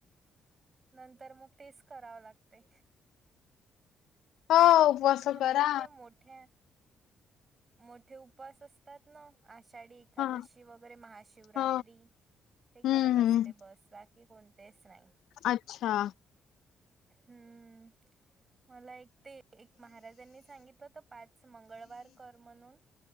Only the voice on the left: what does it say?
हो उपवास
करा
हा
हा
हम्म
हम्म.
अच्छा.